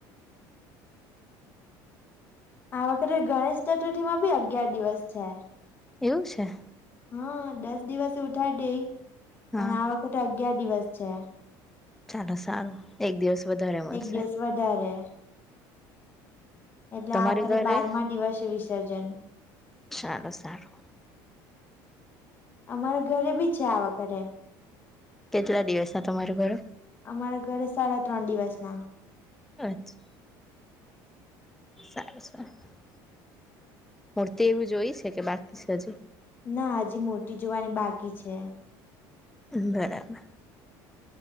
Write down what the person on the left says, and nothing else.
આ વખતે ગણેશ ચતુર્થી માં ભી અગિયાર દિવસ છે.
હા દસ દિવસે ઉઠાવી દેઈ
પણ આ વખતે અગિયાર દિવસ છે.
એક દિવસ વધારે એટલે
આ વખરે
બારમા દિવસે વિસર્જન
અમારા ઘરે બી છે, આ વખતે
અમારા ઘરે સાડા ત્રણ દિવસ ના.
ના હજી મૂર્તી જોવાની બાકી છે.